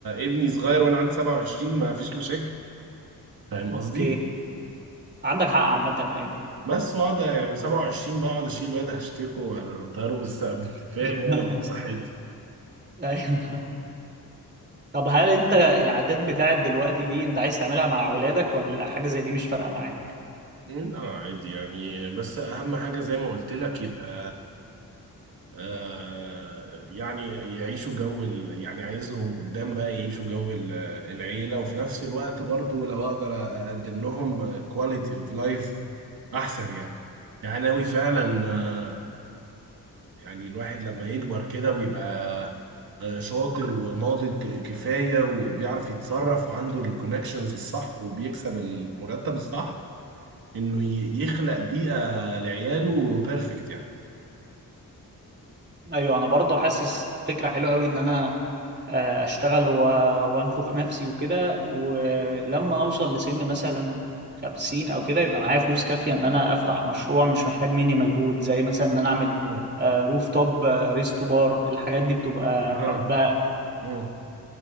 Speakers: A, on the right; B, on the right.
A: ابني صغير وانا عندي 27 ما فيش مشاكل فاهم
B: اوكي
A: قصدي
B: عندك حق عامة أيوه
A: بس واقعد يعني 27 بقعد اشيل واد هشتكه وهطيره في السقف انت فاهم
B: <laughs>
A: يعني بصحتي
B: أيوه طب هل أنت العادات بتاعت دلوقتي دي أنت عايز تعملها مع أولادك ولا حاجة زي دي مش فارقة معاك؟
A: لا عادي يعني بس اهم حاجه زي ما قلت لك يبقى آه، يعني يعيشوا جو ال... يعني عايزهم قدام بقى يعيشوا جو ال- العيلة وفي نفس الوقت برضو لو اقدر اقدم لهم كواليتي اوف لايف احسن يعني يعني ناوي فعلا آه، يعني الواحد لما يكبر كده ويبقى آه، شاطر وناضج كفاية وبيعرف يتصرف وعنده الكونكشنز الصح وبيكسب المرتب الصح انه ي- يخلق بيئة لعياله بيرفكت يعني
B: أيوه أنا برضه حاسس فكرة حلوة أوي إن أنا آه، أشتغل و... وأنفخ نفسي وكده ولما أوصل لسن مثلا خمسين أو كده يبقى معايا فلوس كافية إن أنا أفتح مشروع مش محتاج مني مجهود زي مثلا إن أنا أعمل
A: مم.
B: آه، روف توب آه، ريستو بار الحاجات دي بتبقى
A: مم. اه
B: بحبها
A: مم.